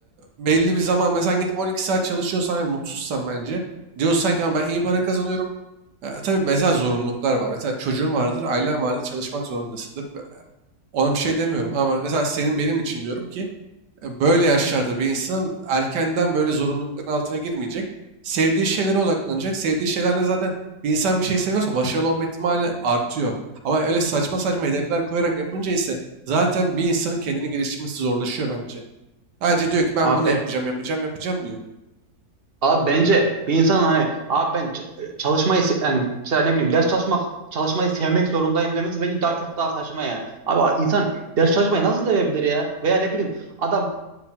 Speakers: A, on the right; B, on the right.
A: belli bir zaman mesela gidip 12 saat çalışıyorsan ve mutsuzsan bence diyorsan ki "Ama ben iyi para kazanıyorum. E, tabii mesela zorunluluklar var. Mesela çocuğun vardır, ailen vardır, çalışmak zorundasındır. Ona bir şey demiyorum ama mesela senin benim için diyorum ki e, böyle yaşlarda bir insan erkenden böyle zorunlulukların altına girmeyecek. Sevdiği şeylere odaklanacak. Sevdiği şeylerle zaten bir insan bir şey seviyorsa başarılı olma ihtimali artıyor. Ama öyle saçma saçma hedefler koyarak yapınca ise zaten bir insanın kendini geliştirmesi zorlaşıyor bence. Sadece diyor ki ben
B: Abi
A: bunu yapacağım, yapacağım, yapacağım diyor.
B: Abi bence bir insanın hani abi ben ç- çalışmayı se- yani mesela ne bileyim ders çalışmak çalışmayı sevmek zorundayım demesi bence daha çok daha saçma yani. Abi insan ders çalışmayı nasıl sevebilir ya? Veya ne bileyim adam